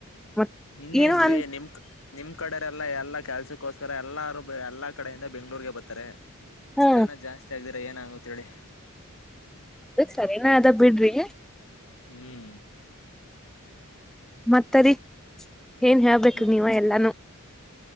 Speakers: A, in the centre; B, on the left.
A: ಮತ್
B: ನಿನ್ನೇನ್ರೀ
A: ಏನೋ ಅನ್
B: ನಿಮಕ್ ನಿಮ್ ಕಡೆರೆಲ್ಲಾ ಎಲ್ಲಾ ಕೆಲ್ಸಕ್ಕೋಸ್ಕರ ಎಲ್ಲಾರು ಎಲ್ಲಾ ಕಡೆಯಿಂದ ಬೆಂಗಳೂರು ಗೆ ಬರತ್ತಾರೆ
A: ಹಾ
B: ಜನ ಜಾಸ್ತಿ ಆಗ್ದೀರ ಏನು ಆಗುತ್ತೆ ಹೇಳಿ
A: ಅದ ಸರಿನ ಅದ ಬಿಡ್ರಿ
B: ಹ್ಮ್
A: ಮತ್ತರಿ ಏನ್ ಹೇಳ್ಬೇಕು
B: ಮತ್
A: ನೀವೇ ಎಲ್ಲಾನೂ